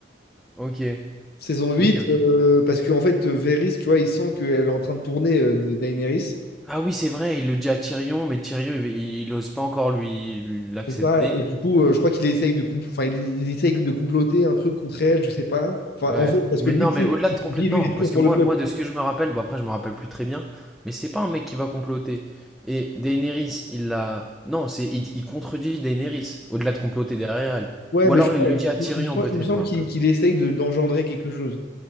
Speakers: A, in the centre; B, on the left.
A: OK.
B: Saison huit
A: Ok, ok.
B: euh, parce qu'en fait, euh, Varys, tu vois, il sent qu'elle est en train de tourner, euh, de Daenerys.
A: Ah oui, c'est vrai, il le dit à Tyrion, mais Tyrion, il, il, il ose pas encore lui lui- l'accepter.
B: C'est ça, et du coup, euh, je crois qu'il essaye de compl- enfin, il, il essaye de comploter un truc contre elle, je sais pas. Enfin,
A: Ouais.
B: en fait, parce
A: Mais
B: que lui,
A: non,
B: tu
A: mais
B: sais,
A: au-delà de
B: il
A: complètement...
B: se dit, lui, il
A: Non,
B: est
A: parce
B: toujours
A: que
B: pour
A: moi,
B: le peuple.
A: moi, de ce que je me rappelle, bon après, je me rappelle plus très bien, mais c'est pas un mec qui va comploter. Et Daenerys, il l'a... Non, c'est il, il contredit Daenerys, au-delà de comploter derrière elle.
B: Ouais,
A: Ou
B: mais
A: alors
B: je crois,
A: il le dit à Tyrion,
B: il, me sem-
A: peut-être,
B: il me semble
A: ouais, un
B: qu'il
A: peu.
B: qu'il essaye de, d'engendrer quelque chose,